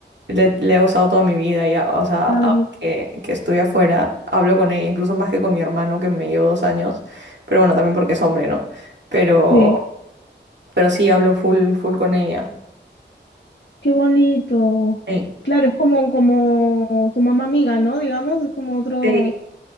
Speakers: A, on the right; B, on the left.
A: le, le he usado toda mi vida ya, o sea,
B: claro.
A: ahora que, que estoy afuera, hablo con ella, incluso más que con mi hermano que me llevo dos años, pero bueno, también porque es hombre, ¿no? Pero,
B: Sí,
A: pero sí hablo full, full con ella.
B: qué bonito.
A: Sí,
B: Claro, es como, como tu mamá amiga, ¿no? Digamos, es como otro.
A: sí,